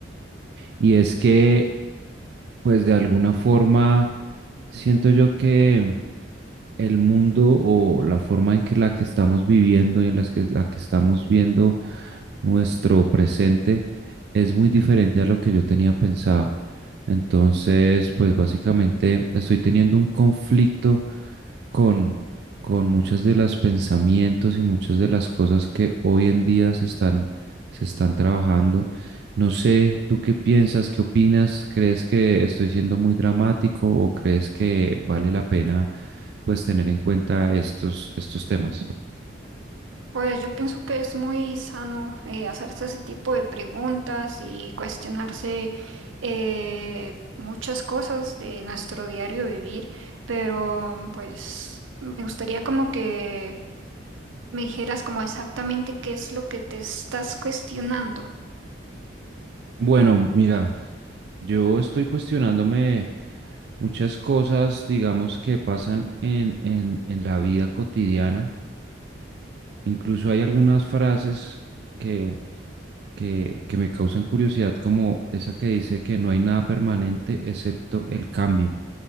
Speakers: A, on the right; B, on the right.
A: Y es que, pues, de alguna forma, siento yo que el mundo o la forma en que la que estamos viviendo y en las que, la que estamos viendo nuestro presente es muy diferente a lo que yo tenía pensado. Entonces, pues básicamente estoy teniendo un conflicto con, con muchas de las pensamientos y muchas de las cosas que hoy en día se están, se están trabajando. No sé, ¿tú qué piensas? ¿Qué opinas? ¿Crees que estoy siendo muy dramático o crees que vale la pena? pues tener en cuenta estos, estos temas.
B: Pues yo pienso que es muy sano eh, hacerse ese tipo de preguntas y cuestionarse eh, muchas cosas de nuestro diario vivir, pero pues me gustaría como que me dijeras como exactamente qué es lo que te estás cuestionando.
A: Bueno, mira, yo estoy cuestionándome muchas cosas, digamos, que pasan en, en, en la vida cotidiana. Incluso hay algunas frases que, que, que me causan curiosidad, como esa que dice que no hay nada permanente excepto el cambio.